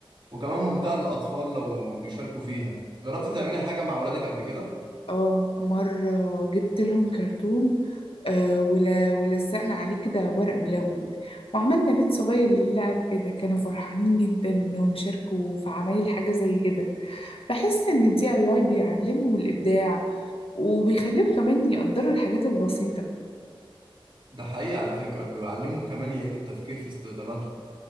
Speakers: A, on the right; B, on the left.
A: وكمان ممتعة للأطفال لو بيشاركوا فيها جربت تعملي حاجة مع أولادك قبل كده؟
B: اه مرة جبت لهم كرتون آه ول- ولزقنا عليه كده ورق ملون وعملنا بيت صغير للعب كده كانوا فرحانين جدا انهم شاركوا في عمايل حاجة زي كده بحس ان الدي اي واي بيعلمهم الابداع وبيخليهم كمان يقدروا الحاجات البسيطة
A: ده حقيقي على فكرة بيعلمهم كمان يعيدوا التفكير في استخداماتهم